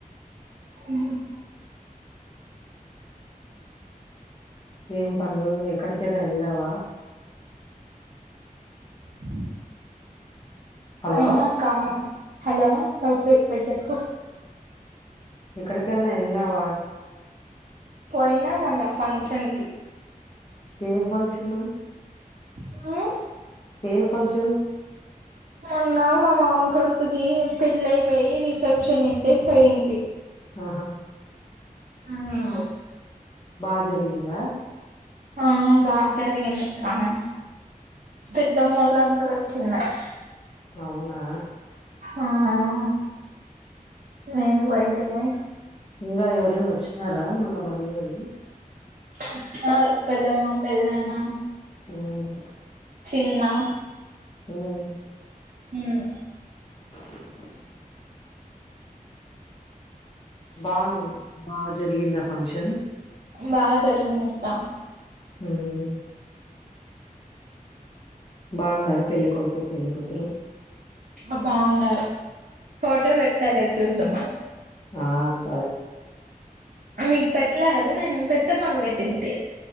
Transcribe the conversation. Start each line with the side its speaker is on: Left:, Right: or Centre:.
Right: ఉమ్.
Left: ఏం పండు ఎక్కడికన్నా ఎళ్ళావా.
Right: హ్
Left: హలో
Right: పొయ్న అక్కా మొన్. హలో ఓకే ఇప్పుడు జెప్పు.
Left: ఎక్కడీకైన ఎల్లావ.
Right: పోయిన మొన్న ఫంక్షన్ కి.
Left: ఏం ఫంక్షను.
Right: ఉమ్
Left: ఏం ఫంక్షన్.
Right: మొన్న మా మామ కొడుకుది పెళ్లయిపోయి రిసెప్షన్ ఉంటే పోయింటి.
Left: ఆహ్
Right: ఆ
Left: ఉ బాగా జరిగిందా.
Right: ఆహ్ బాగ జరిగింది అక్క. పెదమ్మొల్లు అందరు వచ్చిన్నారు.
Left: అవునా.
Right: ఆహ్ మేము పోయింటిమి.
Left: ఇంకా ఎవరైనా వచ్చినారా మన బంధువులు.
Right: వచ్చినారు పెద్దమ్మ పెద్దనాన్న.
Left: ఉమ్
Right: తిన్న.
Left: ఉమ్
Right: ఉమ్
Left: చ్ బానే బాగ జరిగింద. ఫంక్షన్.
Right: బాగా జరిగింది అక్క.
Left: హ్మ్ బాగున్నార పెళ్ళికొడుకు పెళ్ళికూతురు.
Right: అ బాగున్నారు. ఫోటో పెడతాలే చూద్ద మని.
Left: ఆహ్ స్
Right: మీకు పెట్లే కదు నేను. పెద్దమ్మ కు పెట్టింటి.